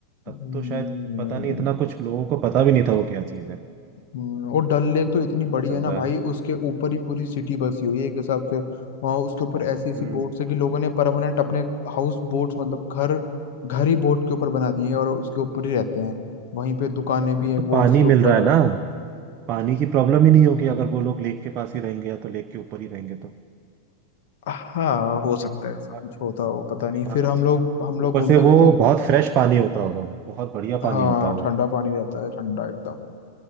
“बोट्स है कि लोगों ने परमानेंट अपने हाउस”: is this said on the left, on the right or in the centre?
Left